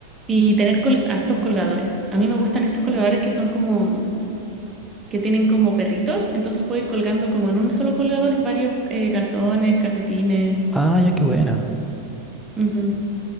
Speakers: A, on the right (about 20°); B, in the centre.
A: Y tener col- altos colgadores. A mí me gustan estos colgadores que son como... que tienen como perritos, entonces puedo ir colgando como en un solo colgador varios eh, calzones, calcetines.
B: Ah, ya, qué buena.
A: Ujú.